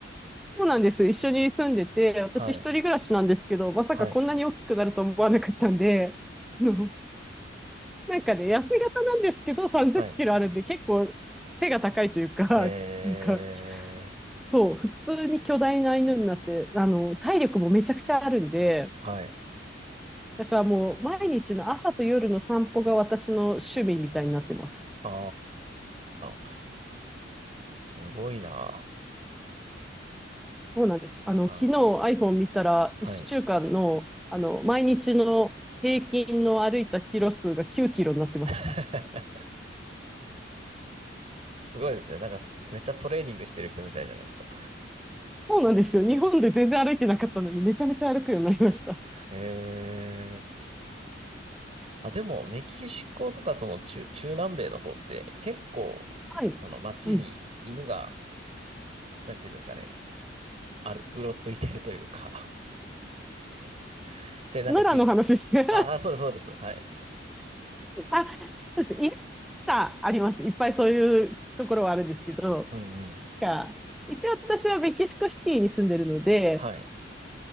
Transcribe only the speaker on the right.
はい。
はい。
はい。
ええ
はい。
ああ、すごいな。
あ、
はい。
<laughs> すごいですね。なんかす、めっちゃトレーニングしてる人みたいじゃないですか。
ええあ、でも、メキシコとか、その中、中南米の方って、結構、
その街に犬が、
なんていうんですかね、ある、うろついてるというか。<laughs> で、なんかき、
あ、あ、そうです、そうです。はい。
うんうん。
はい。